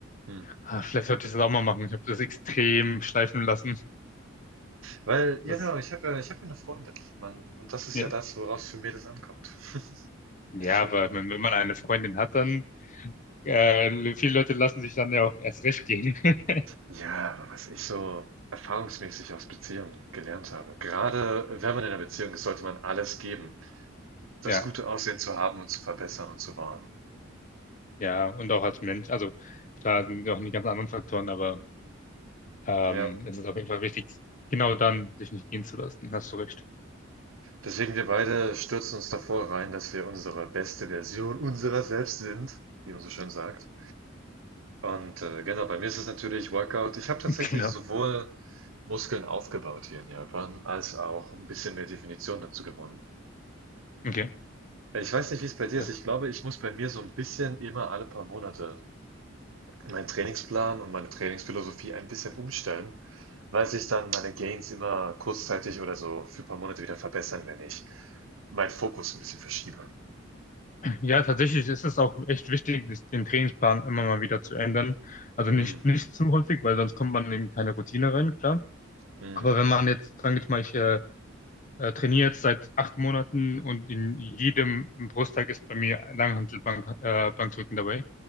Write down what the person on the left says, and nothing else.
Ah, vielleicht sollte ich das auch mal machen. Ich habe das extrem schleifen lassen.
Das,
ja,
ja,
aber
wenn, wenn man eine Freundin hat, dann Äh, viele Leute lassen sich dann ja auch erst recht gehen. <laughs>
Ja,
ja, und auch als Mensch. Also klar sind auch die ganz anderen Faktoren, aber ähm,
es ist auf jeden Fall wichtig, genau dann sich nicht gehen zu lassen. Hast du recht.
<laughs> Genau.
Okay.
Das,
<clears throat> ja, tatsächlich ist es auch echt wichtig, sich den Trainingsplan immer mal wieder zu ändern. Also nicht,
nicht zu häufig, weil sonst kommt man in keine Routine rein, klar.
Aber wenn man jetzt, sagen wir jetzt mal, ich äh, äh, trainiere jetzt seit acht Monaten und in jedem Brusttag ist bei mir Langhantelbank, äh, Bankdrücken dabei